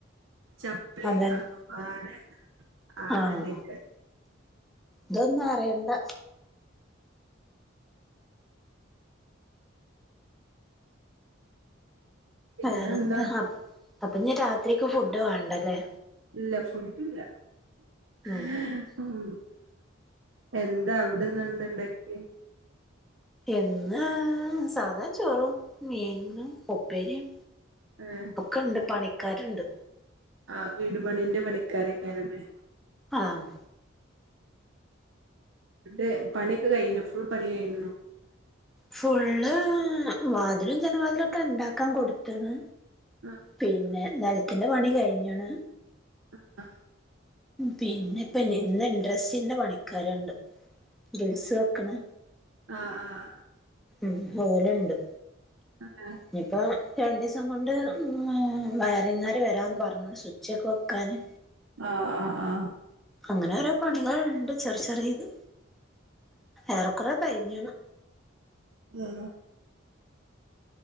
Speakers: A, on the right; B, in the centre.
A: ചാപ്ലി
B: അതന്നെ
A: ആകെപ്പാടെ ആകെതായി <unintelligible>
B: ആഹ് ഇതൊന്നും അറിയണ്ട
A: പിന്നെന്താ
B: വേറെന്താ അപ്പൊ അപ്പോനി രാത്രിക്ക് ഫുഡ്‌ വേണ്ടല്ലേ
A: ഇല്ല ഫുഡ് ഇല്ല
B: ഉം
A: ഏഹ് ഉം എന്താ അവിടുന്നെന്താണ്ടാക്കി
B: എന്നാ സാധാ ചോറും മീനും ഉപ്പേരിയും
A: ഏഹ്
B: ഒക്കണ്ട് പണിക്കാര്ണ്ട്
A: ആഹ് വീട് പണിന്റെ പണിക്കാരയ്ക്കരല്ലേ
B: ആഹ്
A: ന്നിട്ട് പണിയൊക്കെ കഴിഞ്ഞോ ഫുൾ പണികയിഞ്ഞോ
B: ഫുള്ള് വാതിലും ജനവാതിലും ഒക്കെ ണ്ടാക്കാൻ കൊടുത്തുണ്
A: ആഹ്
B: പിന്നെ നെലത്തിന്റെ പണി കഴിഞ്ഞ് ണ്
A: ആഹ് ആഹ്
B: പിന്നെ ഇപ്പ ഇന്ന് ഇൻട്രസ്ന്റെ പണിക്കാര്ണ്ട് ഗ്രിൽസ് വെക്കണ്
A: ആഹ് ആഹ് ആഹ്
B: ഉം ഓല്ണ്ട്
A: ആണല്ലേ
B: ഞ്ഞിപ്പോ രണ്ടീസം കൊണ്ട് മ് ഏഹ് വയറി ങ്ങാര് വരാന്ന് പർഞ്ഞ് സുച്ചക്കെ വെക്കാന്
A: ആഹ്, ആഹ്, ആഹ്
B: അങ്ങനെ ഓരോ പണികൾണ്ട് ചെർ ചെറീത്. ഏറെക്കൊറെ കഴിഞ്ഞീണ്.
A: ഉം.